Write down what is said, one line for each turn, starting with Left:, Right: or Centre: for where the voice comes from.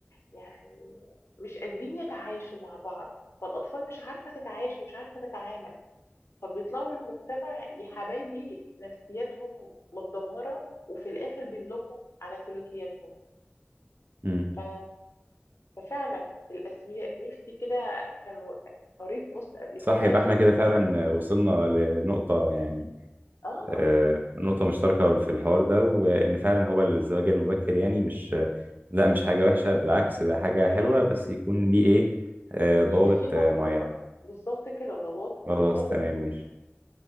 Left: يعني مش قادرين يتعايشوا مع بعض فالأطفال مش عارفة تتعايش ومش عارفة تتعامل فبيطلعوا للمجتمع يا حبايبي نفسياتهم متدمرة وفي الآخر بنلومهم على سلوكياتهم
Right: مم.
Left: ف... ففعلا الأسوياء نفسي كده كان قريت بوست قبل
Right: صح
Left: كده
Right: يبقى
Left: إن
Right: احنا كده فعلا وصلنا لنقطة يعني
Left: آه
Right: آه، نقطة مشتركة في الحوار ده وإن فعلا هو الزواج المبكر يعني مش لا مش حاجة وحشة بالعكس ده حاجة
Left: بالعكس
Right: حلوة بس يكون ليه إيه آه، ضوابط
Left: يبقى في مقدرة
Right: آه، معينة
Left: بالظبط كده ضوابط
Right: خلاص
Left: ضوابط
Right: تمام ماشي